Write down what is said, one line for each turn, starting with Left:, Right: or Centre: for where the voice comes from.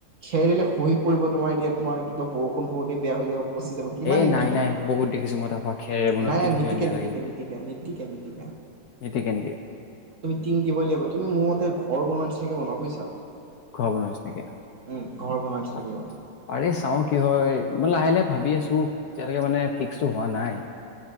Right: খেৰ দিলে খহি পৰিব। তোমাৰ এতিয়া তোমাৰ কিবা বৰষুণ পৰোতেই বেয়া হৈ যব পচি যাব, কিমান
Left: এই
Right: দিন
Left: নাই
Right: টিকিব।
Left: নাই বহুত দেখিছো মই ধাবা খেৰেৰে বনোৱা
Right: নাই
Left: কি ধুনীয়া
Right: নীতিকে
Left: ধুনীয়া
Right: নীতিকে
Left: লাগে
Right: নীতিকে নীতিকে নীতিকে
Left: নিতিকে নিকে
Right: টিং দিবৈ লাগিব। তুমি মোৰ মতে ঘৰ বনোৱা নিচিনাকৈ বনোৱা বুজিছা।
Left: ঘৰ বনোৱা নিচিনাকে।
Right: উম ঘৰ বনোৱা নিচিনাকে
Left: আ
Right: বনোৱা
Left: আৰে চাও কি হয়, ম লাহে লাহে ভাবি আছো এটিয়ালৈকে মানে ফিক্সটো হোৱা নাই।